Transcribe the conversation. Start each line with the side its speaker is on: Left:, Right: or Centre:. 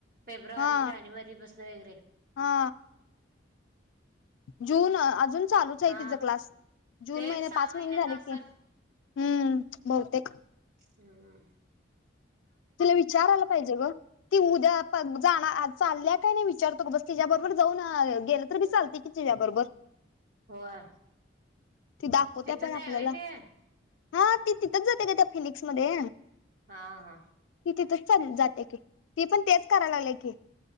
Right: फेब्रुवारी
Left: हा
Right: जानेवारी पसन वगैरे
Left: हा जून अजून चालूच हाय
Right: हा
Left: तिचा क्लास जून
Right: तेच
Left: महिने
Right: सहा
Left: पाच
Right: महिन्याच
Left: महिने झालं
Right: असेल
Left: की हम्म बहुतेक
Right: हम.
Left: तिला विचारायला पाहिजे ग. ती उद्या पग जाणाआ चाल्या काय नाही विचारतो गबस तिज्याबरबर जाऊन अ् गेलं तर बी चालते की तिज्याबरबर
Right: होय
Left: ती दाखवत्या
Right: तिथंच
Left: पण आपल्याला
Right: आहे वय ते?
Left: हा ती तिथंच जात्या ग त्या फिनिक्समध्ये
Right: हा हा
Left: तिथच चाल जात्या की ती पण तेच करालागल्या की